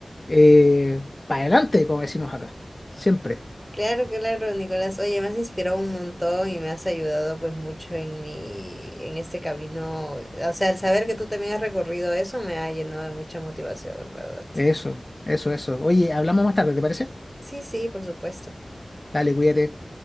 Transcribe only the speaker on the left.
eh, para adelante, como decimos acá, siempre.
Eso, eso, eso. Oye, hablamos más tarde, ¿te parece?
Dale, cuídate.